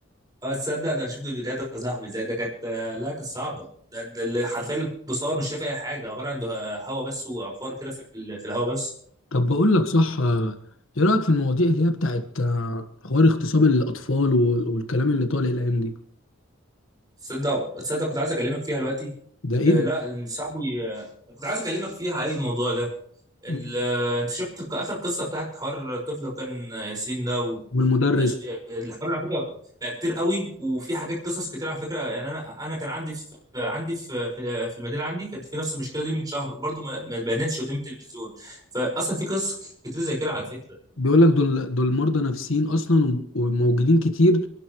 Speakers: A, on the right; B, on the left.
A: اه تصدق ده انا شفت فيديوهات يا صاحبي زي ده كانت لا كانت صعبه ده, ده اللي حرفيا اللي بيصور مش شايف اي حاجه عباره عن هواء بس وعفار كده في, ال- في الهواء بس
B: طب بقول لك صح آه، ايه رأيك في المواضيع اللي هي بتاعت آه، حوار اغتصاب الأطفال وال- والكلام اللي طالع الأيام دي
A: تصدق تصدق كنت عايز اكلمك فيها دلوقتي
B: ده ايه
A: آه
B: ده
A: لا صاحبي آه، كنت عايز اكلمك فيها ايه الموضوع ده ال-
B: مم.
A: انت شفت اخر قصه بتاعت حوار الطفل وكان ياسين ده
B: والمدرس
A: وتش... الحوار على فكره بقى كتير قوي وفي حاجات قصص كتير على فكره يعني انا انا كان عندي في عندي في في في المدينه عندي كانت في نفس المشكله دي من شهر وبرضه ما ما بانتش قدام التلفزيون فاصلا في قصص كتير زي كده على فكره
B: بيقول لك دول دول مرضى نفسيين أصلا و- وموجودين كتير